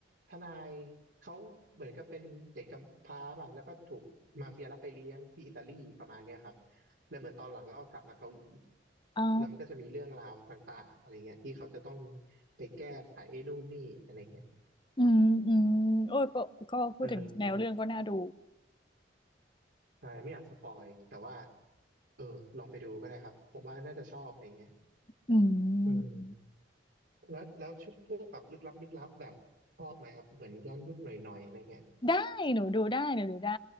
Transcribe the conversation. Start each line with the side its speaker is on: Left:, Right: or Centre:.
Right: ทนายเขาเหมือนกับเป็นเด็กกำพร้าป่ะแล้วก็ถูกมาเฟียรับไปเลี้ยงที่อิตาลีประมาณเนี้ยครับแล้วเหมือนตอนหลังก็กลับมาเกาหลี
Left: อ๋อ
Right: แล้วมันก็จะมีเรื่องราวต่างๆอะไรเงี้ยที่เขาจะต้องไปแก้ไขนู่นนี่อะไรเงี้ย
Left: อืมอืมโอ้ยก็ก็พูดถึงแนวเรื่องก็น่าดู
Right: เออใช่ไม่อยากสปอยแต่ว่าเออลองไปดูก็ได้ครับผมว่าน่าจะชอบอะไรเงี้ย
Left: อืม
Right: อืมแล้วแล้วชุดพวกแบบลึกลับลึกลับแบบชอบไหมครับเหมือนย้อนยุคหน่อยๆอะไรเงี้ย
Left: ได้หนูดูได้หนูดูได้